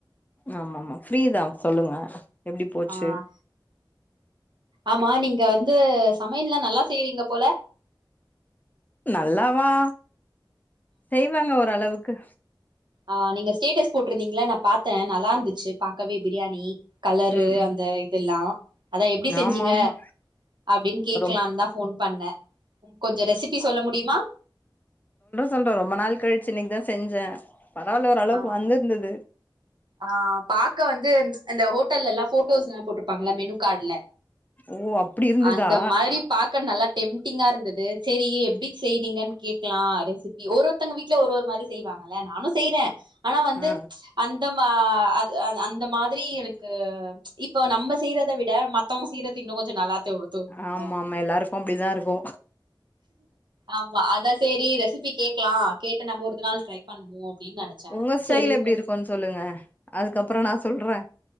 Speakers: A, on the left (about 20°); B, on the right (about 65°).
A: ஆமா ஆமா ஃப்ரீதா சொல்லுங்க. எப்டி போச்சு.
B: ஆ ஆமா நீங்க வந்து சமயல்லா நல்லா செய்றீங்க போல
A: நல்லாவா. செய்வாங்க ஓரளவுக்கு.
B: ஆஹ் நீங்க ஸ்டேட்டஸ் போட்ருந்தீங்களா நா பாத்தே நல்லாருந்துச்சு பாக்கவே பிரியாணி கலரு
A: ம் ம்
B: அந்த இதுெல்லா அதா எப்டி செஞ்சீங்க
A: ஆமா ஆமா
B: அப்டின்னு கேக்கலான்னு
A: ரொம்
B: தா ஃபோன் பண்ணன் கொஞ்சோ ரெசிபி சொல்ல முடியுமா
A: சொல்றோ ரொம்ப நாள் கழிச்சு இன்னைக்கி தா செஞ்சே பரவாயில்ல ஓ அளவுக்கு
B: ஆ
A: வந்திருந்தது
B: ஆ பாக்க வந்து அந்த ஹோட்டல்ல எல்லா ஃபோட்டோஸ் எல்லா போட்டிருப்பாங்கள மெனு கார்டுல
A: ஓ அப்டி இருந்துதா
B: அந்த மாரி பாக்க நல்லா டெம்டிங்கா இருந்துது சேரி எப்டி செய்றீங்கன் கேக்லா ரெசிப்பி ஒரு ஒருத்தங்க வீட்ல ஒரு ஒரு மாரி செய்வாங்கல்ல நானு செய்றே - ஆனா வந்து
A: ஆ
B: ம்ச் அந் த மா அது அந் அந்த மாதிரி எனக்கு ம்ச் இப்போ நம்ம செய்யறத வி ட மத்தவங்க செய்றது இன்னு கொஞ்ச நல்லா தோ தோணும்ல
A: ஆமா ஆமா எல்லாருக்கு அப்டிதா இருக்கு
B: ஆமா அதா சேரி ரெசிப்பி கேக்லா கேட்டு நம்ப ஒருத நாள் ட்ரை பண்ணுவோ அப்டின்னு நெனச்சே
A: உங்க ஸ்டைல
B: செரி ஃபோன்
A: எப்டி இருக்குன் சொல்லுங்க அதுக்கப்புற நா சொல்றே